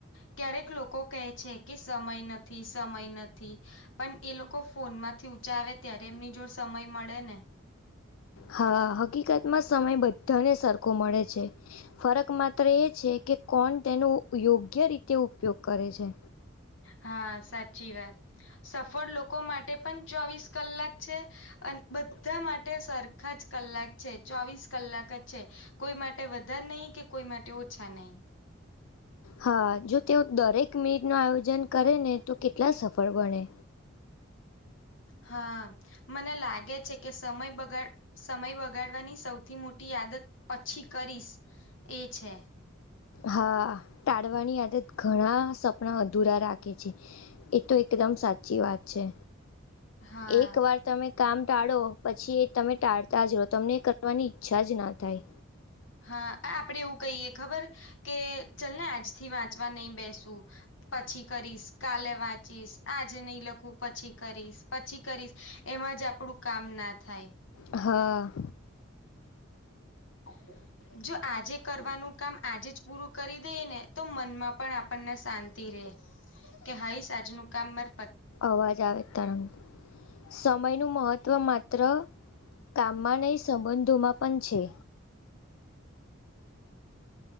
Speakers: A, on the left; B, on the left.
A: ક્યારેક લોકો કહે છે કે સમય નથી સમય નથી પણ એ લોકો ફોન માંથી ઊંચા આવે ત્યારે એમની જો સમય મળે ને
B: હા હકીકત માં સમય બધાને સરખો મળે છે. ફરક માત્ર એ છે કે કોણ તેનો યોગ્ય રીતે ઉપયોગ કરે છે.
A: હા સાચી વાત સફળ લોકો માટે પણ ચોવીસ કલાક છે. અને બધા માટે સરખા જ કલાક છે ચોવીસ કલાક જ છે. કોઈ માટે વધારે નહીં કે કોઈ માટે ઓછા નહી.
B: હા જો તેઓ દરેક મિનિટ ન આયોજન કરે ને તો કેટલા સફળ બણે
A: હા મને લાગે છે કે સમય બગાડ સમય બગાડવાની સૌથી મોટી આદત પછી કરીશ એ છે.
B: હા ટાળવાની આદત ઘણા સપના અધૂરા રાખે છે. એ તો એકદમ સાચી વાત છે
A: હા
B: એક વાર તમે કામ ટાળો પછી એ તમે ટાળતા જ રહો તમને કરવાની ઈચ્છા જ ના થાય.
A: હા આપડે એવું કહીયએ ખબર કે ચલ ને આજથી વાંચવા નહી બેસું પછી કરીશ કાલે વાત ચી આજ નહી લખું પછી કરીશ પછી કરીશ એમાં જ આપડું કામ ના થાય.
B: હા
A: હા જો આજે કરવાનું કામ આજે જ પૂરું કરી દઈ ને તો મનમાં પણ આપણને શાંતિ રહેે કે હાાઈ સાજનું કામ મર
B: અવાજ આવે તરણ સમયનું મહત્ત્વ માત્ર કામમાં નહીં સંબંધોમાં પણ છે.